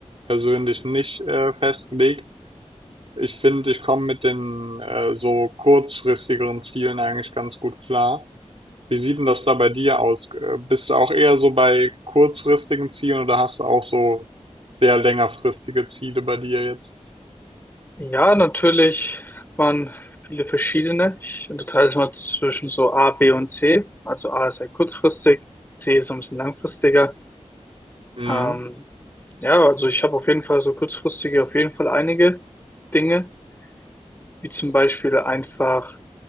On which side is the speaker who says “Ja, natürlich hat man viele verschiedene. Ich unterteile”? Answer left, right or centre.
Left